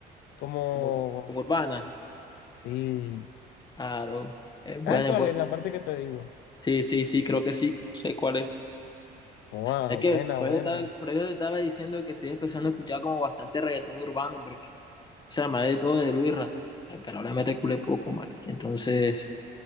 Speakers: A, on the left; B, on the left.
A: como,
B: Como, como urbana.
A: sí.
B: Claro. Es
A: ¿Sabes
B: buena,
A: cuál
B: es buena.
A: es la parte que te digo?
B: Sí, sí, sí, creo que sí. Sé cuál es.
A: Ah,
B: Es que
A: buena,
B: por
A: buena.
B: eso, estaba, por eso te estaba diciendo que estoy empezando a escuchar como bastante reggaetón urbano, porque, o sea, más de todo de Luisra. Ay, Pero ahora me te culé poco, marica. Entonces,